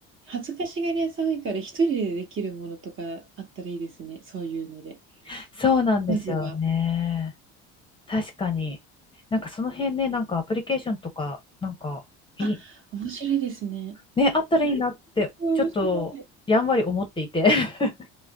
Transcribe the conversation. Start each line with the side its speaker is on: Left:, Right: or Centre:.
Right: 恥ずかしがり屋さん多いから、一人でできるものとかあったらいいですね、そういうので。
Left: <laughs> そうなんですよね。
Right: まずは。
Left: 確かに。なんかその辺ね、なんかアプリケーションとか、なんかいい、
Right: あ、面白いですね。
Left: ね、あったらいいなって、
Right: わ面白い。
Left: ちょっとやんわり思っていて <laughs>